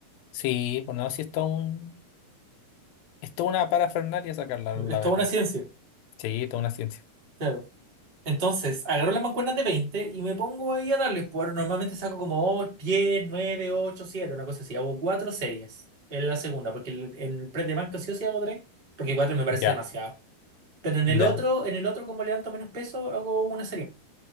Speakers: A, on the left; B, on the right.
A: Sí, bueno, así es todo un, es toda una parafernalia sacarla, la
B: Es toda
A: verdad.
B: una ciencia.
A: Sí, toda una ciencia.
B: claro Entonces, agarro las mancuernas de 20 y me pongo ahí a darle. Por, normalmente saco como oh, 10, 9, 8, 7, una cosa así. Hago cuatro series en la segunda, porque el- en el press de banca sí o sí hago tres, porque cuatro me parece
A: Ya,
B: demasiado. Pero en
A: ya,
B: el otro, en el otro, como levanto menos peso, hago una serie. más.